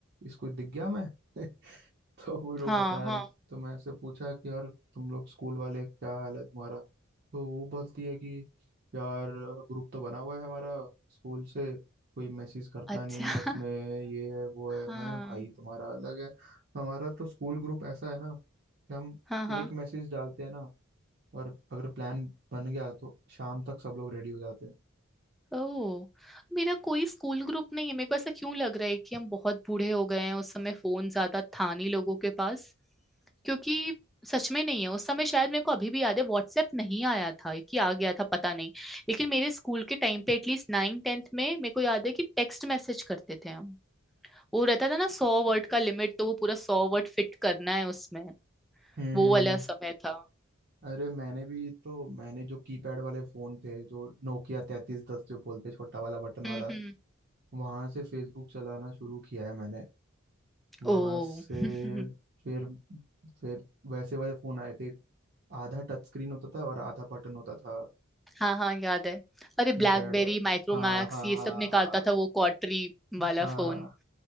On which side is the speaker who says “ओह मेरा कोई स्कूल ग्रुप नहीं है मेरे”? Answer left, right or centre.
Centre